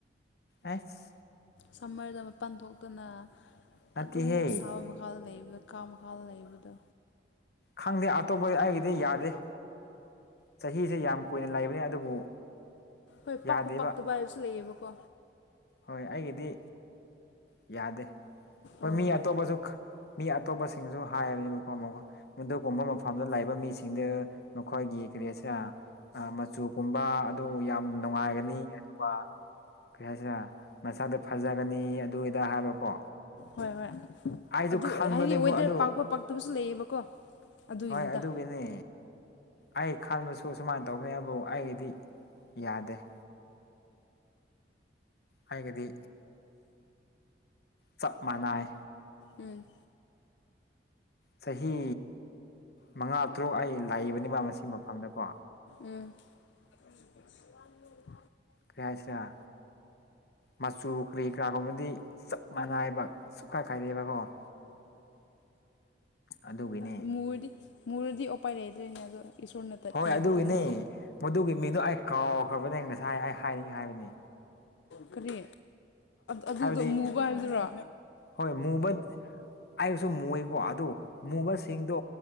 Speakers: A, on the left (about 60°); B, on the left (about 80°).
A: ꯑꯥꯏꯁ
B: ꯁꯝꯃꯔꯗ ꯃꯄꯥꯟ ꯊꯣꯛꯇꯅ
A: ꯅꯠꯇꯦꯍꯦ
B: ꯑꯗꯨꯝꯃꯨꯛ ꯁꯥꯕ ꯃꯈ ꯃꯈꯥꯗ ꯂꯩꯕꯗ ꯀꯥ ꯃꯈꯥꯗ ꯂꯩꯕꯗꯣ
A: ꯈꯪꯗꯦ ꯑꯇꯣꯞꯄꯗꯤ ꯑꯩꯒꯤꯗꯤ ꯌꯥꯗꯦ ꯆꯍꯤꯁꯦ ꯌꯥꯝ ꯀꯨꯏꯅ ꯂꯩꯕꯅꯤ ꯑꯗꯨꯕꯨ
B: ꯍꯣꯏ ꯄꯥꯛꯄ
A: ꯌꯥꯗꯦꯕ
B: ꯄꯥꯛꯇꯕ ꯍꯥꯏꯕꯁꯨ ꯂꯩꯌꯦꯕꯀꯣ
A: ꯍꯣꯏ ꯑꯩꯒꯤꯗꯤ ꯌꯥꯗꯦ ꯍꯣꯏ
B: ꯑꯥ
A: ꯃꯤ ꯑꯇꯣꯞꯄꯁꯨ ꯃꯤ ꯑꯇꯣꯞꯄꯁꯤꯡꯁꯨ ꯍꯥꯏꯔꯅꯦꯕꯀꯣ ꯃꯈꯣꯏ ꯃꯗꯨꯒꯨꯝꯕ ꯃꯐꯝꯗ ꯂꯩꯕ ꯃꯤꯁꯤꯡꯗ ꯃꯈꯣꯏꯒꯤ ꯀꯔꯤ ꯍꯥꯏꯁꯤꯔꯥ ꯃꯆꯨꯒꯨꯝꯕ ꯑꯗꯨ ꯌꯥꯝ ꯅꯨꯡꯉꯥꯏꯒꯅꯤ ꯑꯗꯨꯒ ꯀꯔꯤ ꯍꯥꯏꯁꯤꯔ ꯃꯁꯥꯗꯣ ꯐꯖꯒꯅꯤ ꯑꯗꯨꯏꯗꯥ ꯍꯥꯏꯕꯀꯣ
B: ꯍꯣꯏ ꯍꯣꯏ
A: ꯑꯩꯁꯨ
B: ꯑꯗꯨ
A: ꯈꯟꯕꯅꯦꯕ
B: ꯍꯥꯏꯗꯤ ꯋꯦꯗꯔ
A: ꯑꯗꯨ
B: ꯄꯥꯛꯄ ꯄꯥꯛꯇꯕꯁꯨ ꯂꯩꯌꯦꯕꯀꯣ ꯑꯗꯨꯒꯤꯅꯤꯗ
A: ꯍꯣꯏ ꯑꯗꯨꯒꯤꯅꯦ ꯑꯩ ꯈꯟꯕꯁꯨ ꯑꯁꯨꯃꯥꯏꯅ ꯇꯧꯕꯅꯦ ꯑꯗꯨꯕꯨ ꯑꯩꯒꯤꯗꯤ ꯌꯥꯗꯦ ꯑꯩꯒꯤꯗꯤ ꯆꯞ ꯃꯥꯟꯅꯩ
B: ꯎꯝ
A: ꯆꯍꯤ ꯃꯉꯥ ꯇꯔꯨꯛ ꯑꯩ ꯂꯥꯛꯏꯕꯅꯤꯕ ꯃꯁꯤꯃ ꯐꯝꯅꯀꯣ
B: ꯎꯝ <unintelligible>
A: ꯀ꯭ꯔꯤꯍꯥꯏꯁꯤꯔ ꯃꯆꯨ ꯀꯔꯤ ꯀꯔꯥꯒꯨꯝꯕꯗꯤ ꯆꯞ ꯃꯥꯟꯅꯥꯏꯕ ꯁꯨꯛꯈꯥꯏ ꯈꯥꯏꯗꯦꯕꯀꯣ ꯑꯗꯨꯒꯤꯅꯦ
B: ꯎꯝ ꯃꯔꯗꯤ ꯃꯨꯔꯗꯤ ꯎꯄꯥꯏ ꯂꯩꯗ꯭ꯔꯦꯅꯦ ꯑꯗꯣ ꯏꯁꯣꯔꯅ ꯇꯠ
A: ꯍꯣꯏ
B: ꯄꯤꯕꯗꯨꯅꯤ
A: ꯑꯗꯨꯒꯤꯅꯤ ꯃꯗꯨꯒꯤ ꯃꯤꯗꯨꯣ ꯑꯩ ꯀꯥꯎꯈ꯭ꯔꯕꯅꯦ ꯉꯁꯥꯏ ꯑꯩ ꯍꯥꯏꯅꯤꯡꯉꯤ ꯍꯥꯏꯕꯅꯤ
B: ꯀꯔꯤ ꯑꯗꯨꯗꯣ
A: ꯍꯥꯏꯕꯗꯤ
B: ꯃꯨꯕ ꯍꯥꯏꯗꯨꯔꯣ
A: ꯍꯣꯏ ꯃꯨꯕꯠ ꯑꯩꯁꯨ ꯃꯨꯌꯦ ꯀꯣ ꯑꯗꯨ ꯃꯨꯕꯁꯤꯡꯗꯣ